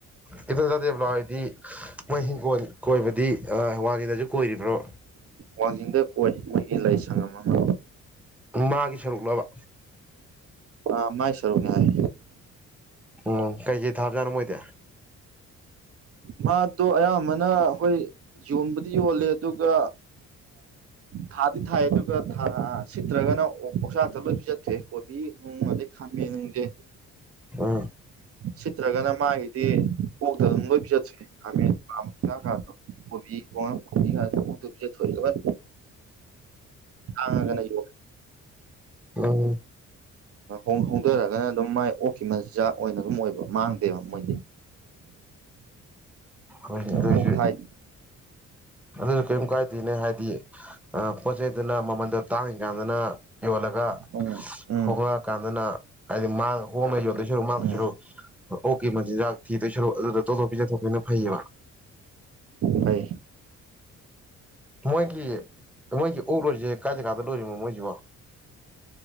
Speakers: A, in the centre; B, on the right.
A: ꯈꯤꯇꯪ ꯆꯥꯗꯦꯕꯂꯣ ꯍꯥꯏꯗꯤ ꯃꯣꯏ ꯍꯤꯡꯈꯣꯜ ꯀꯣꯏꯕꯗꯤ ꯋꯥꯡꯉꯗꯁꯨ ꯀꯣꯏꯔꯤꯕ꯭ꯔꯣ
B: ꯋꯥꯡꯖꯤꯡꯗ ꯀꯣꯏ ꯃꯣꯏꯒꯤ ꯂꯩ ꯁꯪꯝ ꯑꯃ
A: ꯃꯥꯒꯤ ꯁꯔꯨꯛꯂꯕ
B: ꯑ ꯃꯥꯏ ꯁꯔꯨꯅꯦꯏ
A: ꯎꯝ ꯀꯩꯀꯩ ꯊꯥꯕꯖꯥꯠꯅꯣ ꯃꯣꯏꯗꯤ
B: ꯃꯥꯠꯇꯣ ꯑꯌꯥꯝꯕꯅ ꯑꯩꯈꯣꯏ ꯌꯣꯟꯕꯗꯤ ꯌꯣꯜꯂꯦ ꯑꯗꯨꯒ ꯊꯥꯗꯤ ꯊꯥꯏ ꯑꯗꯨꯒ ꯊꯥ ꯁꯤꯠꯇ꯭ꯔꯒꯅ ꯄꯧꯆꯥꯛꯇ ꯂꯣꯏ ꯄꯤ ꯆꯠꯇ꯭ꯔꯑꯦ ꯀꯣꯕꯤ ꯎꯨꯡ ꯑꯩ ꯈꯥꯝꯃꯦ ꯅꯪꯁꯦ
A: ꯑ
B: ꯁꯤꯠꯇ꯭ꯔꯒꯅ ꯃꯥꯒꯤꯗꯤ ꯀꯣꯛꯇ ꯑꯗꯨꯝ ꯂꯣꯏ ꯄꯤ ꯆꯠꯇ꯭ꯔꯦ ꯈꯥꯃꯦꯟ ꯃꯂ ꯈꯣ ꯀꯣꯕꯤ ꯀꯉ ꯀꯣꯗ ꯀ ꯇꯁ ꯊꯣꯏ ꯂꯕ ꯍꯅꯪ
A: ꯑꯣ
B: ꯣꯡ ꯍꯧꯣꯡꯊꯔꯒꯅ ꯑꯗꯨꯝ ꯃꯥꯏ ꯑꯣꯛꯈꯤꯕ ꯃꯆꯤꯟꯖꯥꯛ ꯑꯣꯏꯅ ꯑꯗꯨꯝ ꯑꯣꯏꯕ ꯃꯥꯡꯗꯦꯕ ꯃꯣꯏꯗꯤ
A: ꯍꯣꯏꯅꯦ ꯑꯗꯨꯑꯣꯏꯁꯨ
B: ꯑꯣꯛ ꯊꯥꯏ
A: ꯑꯗꯨꯁꯨ ꯀꯔꯤꯝ ꯀꯥꯏꯗꯦꯅꯦ ꯍꯥꯏꯗꯤ ꯑ ꯄꯣ ꯆꯩꯗꯅ ꯃꯃꯗ ꯇꯥꯡꯉꯤꯀꯥꯟꯗꯅ ꯌꯣꯜꯂꯒ
B: ꯎꯝ ꯎꯝ
A: ꯍꯣꯡꯉꯛꯑꯀꯥꯟꯗꯅ ꯍꯥꯏꯗꯤ ꯃꯥꯡ ꯍꯣꯡꯉ ꯌꯣꯂ ꯁꯔꯨ ꯃꯥꯥꯡꯗꯣꯏ
B: ꯎꯝ
A: ꯁꯔꯨ ꯑꯣ ꯀꯦ ꯃꯆꯤꯟꯖꯥꯛ ꯊꯤꯗꯣꯏ ꯁꯔꯨꯛ ꯑꯗꯨꯗ ꯇꯣꯂꯣꯞ ꯄꯤꯖ ꯊꯣꯛꯣꯛꯄꯅ ꯐꯩꯌꯦꯕ
B: ꯐꯥꯏ
A: ꯃꯣꯏꯒꯤ ꯃꯣꯏꯁꯤ ꯑꯣꯛ ꯂꯣꯏꯔꯤꯁꯦ ꯀꯥꯏ ꯖꯒꯥꯥꯗ ꯂꯣꯏꯔꯤꯕꯅꯣ ꯃꯣꯏꯁꯤꯕꯣ